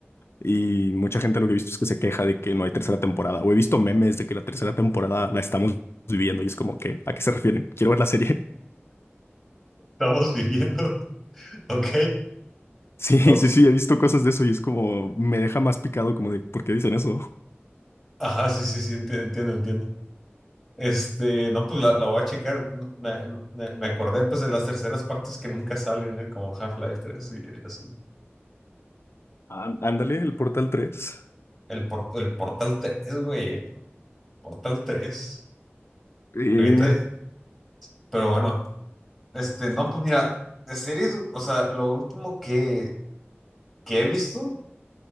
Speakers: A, on the left; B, in the centre.
A: Y mucha gente lo que he visto es que se queja de que no hay tercera temporada. O he visto memes de que la tercera temporada la estamos viviendo y es como que, ¿a qué se refieren? Quiero ver la serie. <laughs>
B: Estamos viviendo, <laughs> ok.
A: Sí,
B: No,
A: sí,
B: pues,
A: sí, he visto cosas de eso y es como, me deja más picado como de, ¿por qué dicen eso?
B: Ajá, sí, sí, sí, enti- entiendo, entiendo. Este, no, pues la, la voy a checar. Me, me- me acordé pues de las terceras partes que nunca salen, ¿eh? Como Half-Life tres y así.
A: Á- Ándale, el Portal tres.
B: El, por- el Portal tres güey, el Portal tres
A: Eh,
B: Que ahorita- pero bueno, este, no, pues mira, de series, o sea, lo último que, que he visto,